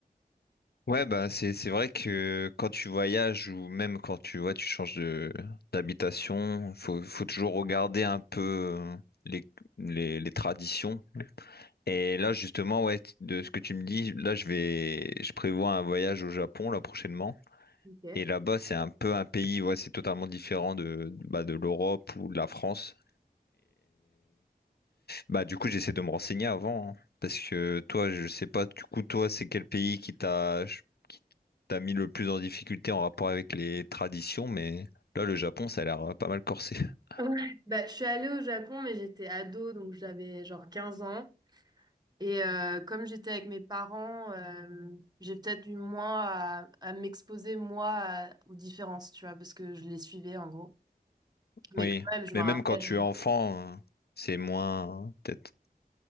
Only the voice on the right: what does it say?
Ok.
Ouais. Bah, je suis allée au Japon, mais j'étais ado, donc j'avais genre 15 ans. Et euh, comme j'étais avec mes parents, euh, j'ai peut-être eu moins à, à m'exposer, moi, à- aux différences, tu vois, parce que je les suivais, en gros. Mais
quand même, je
me rappelle.